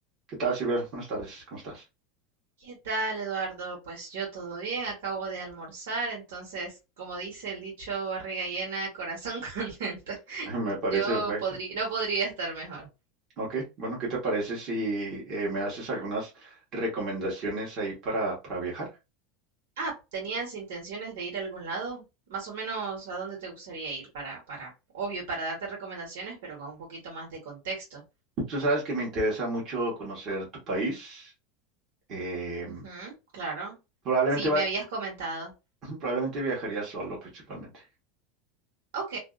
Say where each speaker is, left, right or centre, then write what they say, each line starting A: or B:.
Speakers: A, on the right (about 30°); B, on the right (about 85°).
A: ¿Qué tal, Silver? Buenas tardes, ¿cómo estás?
B: ¿Qué tal, Eduardo? Pues yo todo bien, acabo de almorzar, entonces, como dice el dicho, barriga llena, corazón <laughs> contento.
A: <laughs> Me parece
B: Yo
A: perfecto.
B: podría, no podría estar mejor.
A: Ok, bueno, ¿qué te parece si eh, me haces algunas recomendaciones ahí para, para viajar?
B: Ah, ¿tenías intenciones de ir a algún lado? Más o menos, ¿a dónde te gustaría ir? Para, para, obvio, para darte recomendaciones, pero con un poquito más de contexto.
A: Tú sabes que me interesa mucho conocer tu país. eh,
B: Ujú, claro.
A: probablemente,
B: Sí,
A: va-
B: me habías comentado.
A: <clears throat> probablemente viajaría solo principalmente.
B: Ok,